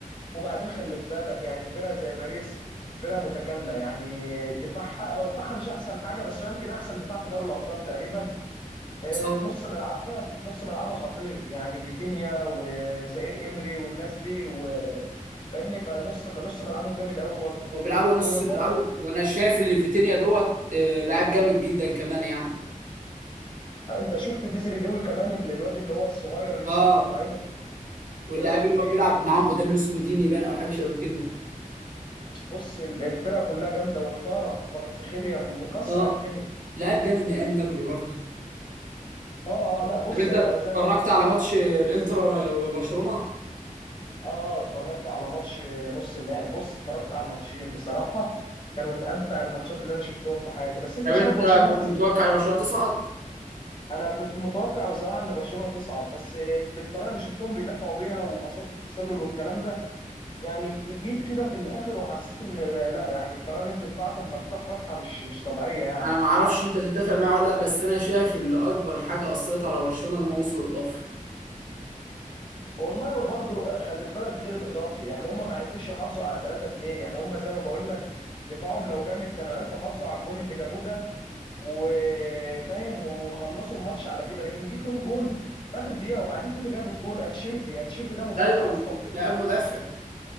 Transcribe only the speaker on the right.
صح
وبيلعبوا نص
بيلعبوا وانا شايف اللي فيتينيا دوت آه، لاعب جامد جدا كمان يعني
اه
واللاعب
اللي
هو بيلعب معاهم قدام اللي اسمه ديني بان او حاجه شبه كده
اه
لاعب جامد من ايام نابولي برضه
طب انت
اتفرجت
على ماتش
الانتر وبرشلونه
طب
انت
كنت متوقع ان برشلونه تصعد
انا ما اعرفش انت تتفق معايا ولا لا بس انا شايف ان اكبر حاجه اثرت على برشلونه لما وصلوا الاضافي
ايوه
لاعب مدافع